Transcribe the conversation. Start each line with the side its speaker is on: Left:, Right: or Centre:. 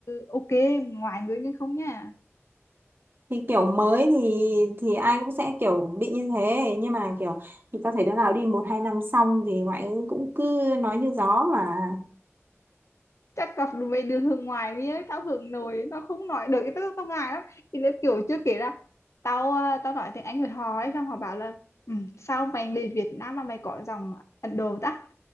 Left: ok ngoại ngữ nhưng không nha
Right: thì kiểu mới thì thì ai cũng sẽ kiểu bị như thế nhưng mà kiểu thì tao thấy đứa nào đi một hai năm xong thì ngoại ngữ cũng cứ nói như gió mà
Left: chắc gặp được mấy đứa hướng ngoài với tao hướng nội nó không nói được cái tức tao ngại lắm thì nó kiểu chưa kể là tao à, tao nói tiếng Anh với họ ấy xong họ bảo là ừ, sao mày đi Việt Nam mà mày có dòng Ấn Độ ta